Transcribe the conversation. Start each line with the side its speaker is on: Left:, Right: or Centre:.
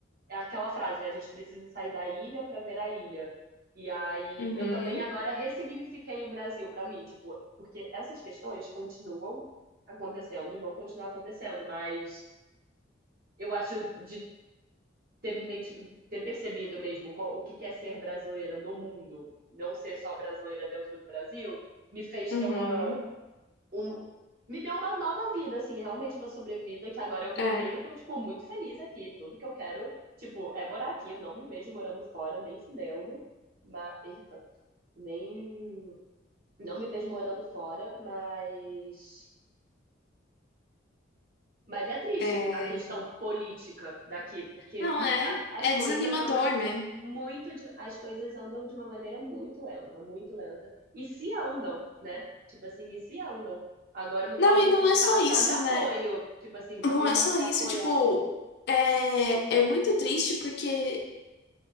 Right: é aquela frase, né? A gente precisa sair da ilha para ver a ilha. E aí
Left: Uhum,
Right: eu também agora ressignifiquei o Brasil para mim, tipo, porque essas questões continuam acontecendo e vão continuar acontecendo, mas eu acho de ter me identi- ter percebido mesmo qual- o que que é ser brasileira no mundo, não ser só brasileira dentro do Brasil, me fez
Left: uhum.
Right: ter uma um- me deu uma nova vida, assim, realmente uma sobrevida que agora eu voltei,
Left: É,
Right: e eu tô tipo muito feliz aqui, tudo que eu quero, tipo, é morar aqui, eu não me vejo morando fora nem fudendo, mas eita, nem não me vejo morando fora, mas Mas é triste
Left: é.
Right: a questão política daqui, porque
Left: Não é,
Right: a- as
Left: é
Right: coisas
Left: desanimador,
Right: andam
Left: né?
Right: muito, de- as coisas andam de uma maneira muito lenta, muito lenta. E se andam, né? Tipo assim, e se andam. Agora eu me coloco
Left: Não, e
Right: no
Left: não
Right: local
Left: é só isso,
Right: só de apoio.
Left: né?
Right: Tipo assim, vou
Left: Não
Right: me
Left: é
Right: manter
Left: só isso,
Right: apoiando.
Left: tipo, é, é muito triste porque